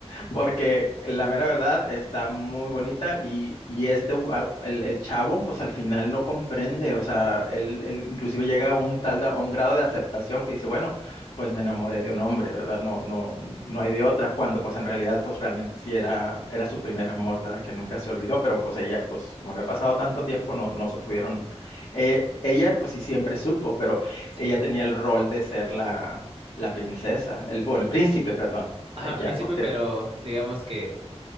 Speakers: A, on the left; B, on the right.
A: porque la mera verdad está muy bonita y, y este, u- a- el, el chavo, pues al final no comprende, o sea, él, él inclusive llega a un tal, de- a un grado de aceptación que dice, bueno, pues me enamoré de un hombre, ¿verdad? No, no, no hay de otra, cuando pues en realidad, pues realmente sí era, era su primer amor, ¿verdad? Que nunca se olvidó, pero pues ella, pues como había pasado tanto tiempo, no, no se pudieron eh, ella, pues sí, siempre supo, pero ella
B: Sí.
A: tenía el rol de ser la, la princesa, el, bueno, el príncipe, perdón.
B: Ajá,
A: Ella,
B: príncipe,
A: porque
B: pero digamos que